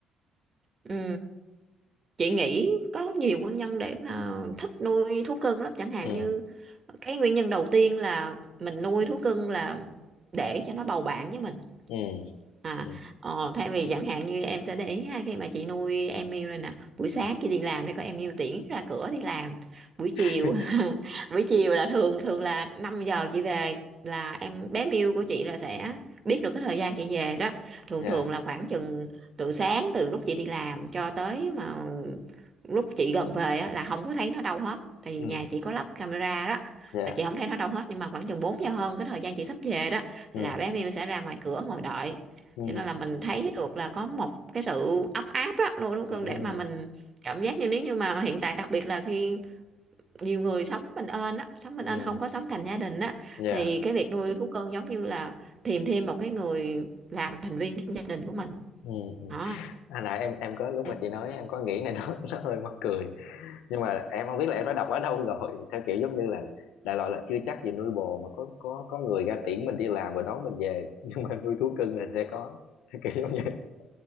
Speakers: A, on the right (about 40°); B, on the left (about 70°).
A: Ừ. chị nghĩ có nhiều nguyên nhân để mà thích nuôi thú cưng lắm chẳng hạn
B: Ừ,
A: như cái nguyên nhân đầu tiên là mình nuôi thú cưng là để cho nó bầu bạn với mình
B: ừ,
A: À,
B: ừ,
A: ờ, thay vì chẳng hạn như em sẽ để ý ha, khi mà chị nuôi em yêu rồi nè buổi sáng
B: ừ
A: chị đi làm thì có em yêu tiễn ra cửa đi làm buổi
B: <laughs>
A: chiều <laughs> buổi chiều là thường thường là 5 giờ chị về là em bé Miu của chị là sẽ biết được cái thời gian chị về đó thường
B: dạ
A: thường là khoảng chừng từ sáng từ lúc chị đi làm cho tới mà lúc chị gần về á, là không có thấy nó đâu hết tại vì
B: ừ
A: nhà chị có lắp camera đó
B: dạ
A: là chị không thấy nó đâu hết nhưng mà khoảng chừng 4 giờ hơn cái thời gian chị sắp về đó
B: ừ
A: là bé Miu sẽ ra ngoài cửa ngồi đợi
B: ừ
A: cho nên là mình thấy được là có một cái sự ấm áp đó nuôi thú cưng
B: ừ
A: để mà mình cảm giác như nếu như mà hiện tại đặc biệt là khi nhiều người sống bình yên á sống bình
B: ừ
A: yên không có sống cạnh gia đình á
B: Dạ.
A: thì cái việc nuôi thú cưng giống như là tìm thêm một cái người làm thành viên trong gia đình của mình
B: Ừ. ừ.
A: đó
B: À nãy em em có lúc
A: <laughs>
B: mà chị nói em có nghĩ này nó <laughs> nó hơi mắc cười nhưng mà em không biết là em đã đọc ở đâu rồi theo kiểu giống như là đại loại là chưa chắc gì nuôi bồ mà có có có người ra tiễn mình đi làm rồi đón mình về <laughs> nhưng mà nuôi thú cưng là sẽ có theo kiểu giống vậy <laughs>